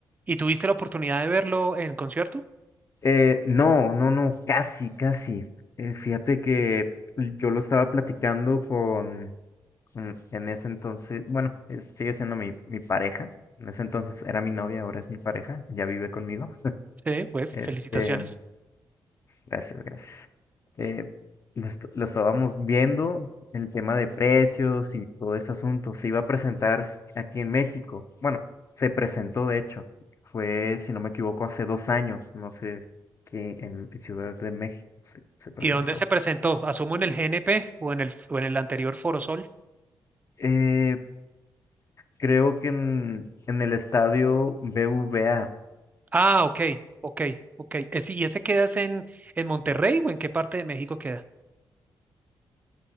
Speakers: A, on the right (about 20°); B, on the left (about 40°).
A: ¿Y tuviste la oportunidad de verlo en concierto?
B: Eh, no, no, no, casi, casi. Eh, fíjate que yo lo estaba platicando con, mm, en ese entonces, bueno, es- sigue siendo mi, mi pareja, en ese entonces era mi novia, ahora es mi pareja, ya vive conmigo.
A: Sí, pues
B: Este,
A: felicitaciones.
B: Gracias, gracias. Eh, lo, est- lo estábamos viendo, el tema de precios y todo ese asunto. Se iba a presentar aquí en México. Bueno, se presentó de hecho. Fue, si no me equivoco, hace dos años. No sé, que en Ciudad de México se, se presentó.
A: ¿Y dónde se presentó? Asumo en el GNP o en el, o en el anterior Foro Sol.
B: Eh, creo que en, en el estadio BVA,
A: Ah, ok, ok, ok. Ese- ¿Y ese quedas en, en Monterrey o en qué parte de México queda?